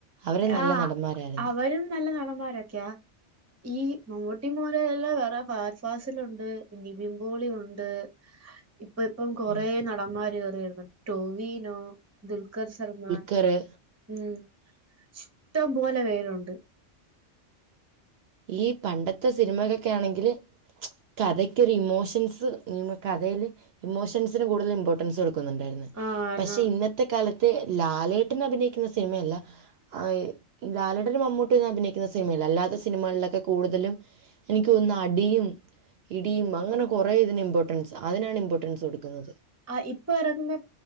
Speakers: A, on the right; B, on the right.
A: അവരും നല്ല
B: ആഹ്
A: നടന്മാരാരുന്നു
B: <unintelligible> നല്ല നടന്മാരൊക്കെയാ ഈ മമ്മൂട്ടിം മോഹൻലാലും അല്ലാതെ വേറെ ഫഹദ് ഫാസിലൊണ്ട് നിവിൻ പോളി ഒണ്ട് ഇപ്പ ഇപ്പം കൊറേ
A: ഉം
B: നടന്മാര് കേറി വരുന്നൊണ്ട് ടോവിനോ ദുൽഖർ സൽമാൻ
A: ഖറ്
B: ഉം ഇഷ്ടം പോലെ പേരൊണ്ട്
A: ഈ പണ്ടത്തെ സിനിമകൊക്കെ ആണെങ്കില് കഥയ്ക്കൊര് ഇമോഷൻസ് ഈമ് കഥയില് ഇമോഷൻസിന് കൂടുതല് ഇമ്പോട്ടൻസ് കൊടു ക്കുന്നുണ്ടാര്ന്ന്
B: ആഹ്
A: പക്ഷെ
B: ന്നാ
A: ഇന്നത്തെ കാലത്ത് ലാലേട്ടൻ അഭിനയിക്കുന്ന സിനിമയല്ല ആഹ് എ ലാലേട്ടനും മമ്മൂട്ടിയും ഒന്നും അഭിനയിക്കുന്ന സിനിമയില്ല അല്ലാത സിനിമകളിലൊക്കെ കൂടുതലും എനിക്ക് തോന്നുന്നു അടിയും ഇടിയും അങ്ങനെ കൊറേ ഇതിന് ഇമ്പോട്ടൻസ് അതിനാണ് ഇമ്പോട്ടൻസ് കൊടുക്കുന്നത്
B: ആ ഇപ്പം എറങ്ങുന്ന